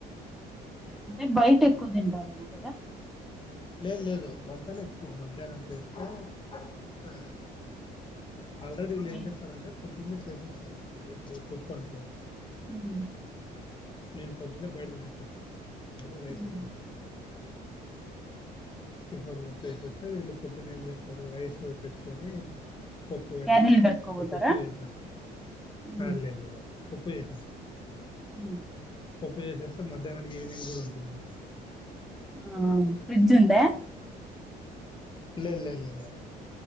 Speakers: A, on the left; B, in the centre.
A: అంతే
B: అంటే బయట
A: వంద
B: ఎక్కువ తింటారేమో కదా
A: లేదు లేదు వంటలు ఎక్కువ మధ్యాహ్నం చేస్తే ఆ, ఆల్రెడీ వీళ్ళు
B: నైట్
A: ఏం చేస్సరంటే పొద్దున్నే చేసేస్తారు కర్రీ ఇప్పుడు పప్పు అనుకో
B: ఉమ్
A: నేను పొద్దునే బయట తినేస్తా టిఫిన్ పొద్దున్నే రైస్
B: ఉమ్.
A: ఐటం టిన్ టిఫిన్లు చేసేస్తే వీళ్ళు పొద్దున్న ఏం చేస్తారు రైస్ పెట్టుకొని పప్పు కాని
B: క్యారీలు కట్టుకోపోతారా
A: అట్లా పప్పు చేసేస్తారు
B: ఉమ్.
A: ఆ లేద్ లేదు యాడ పప్పు చేసేస్తారు
B: హ్మ్
A: పప్పు చేసేస్తే మధ్యాహ్నానికి ఈవినింగ్ కూడా ఉంటుంది కదా
B: ఆ అవును ఫ్రిజ్ ఉందా
A: లేద్ లేద్ లేదు యాడ